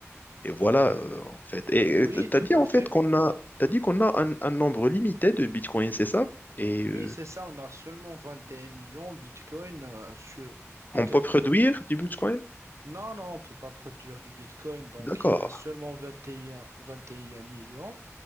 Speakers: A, on the left (about 35°); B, on the right (about 65°).
A: et voilà, euh, en fait. Et
B: oui,
A: tu
B: tout
A: as dit
B: à
A: en
B: fait.
A: fait qu'on a, t'as dit qu'on a un, un nombre limité de bitcoins, c'est ça? Et
B: Oui,
A: euh,
B: c'est ça, on a seulement 21 millions Bitcoin euh, sur- qui peut
A: on
B: être
A: peut produire du bitcoin?
B: Non, non, on peut pas produire du Bitcoin. Donc,
A: D'accord,
B: il y a seulement vingt vingt et un, vingt et un millions.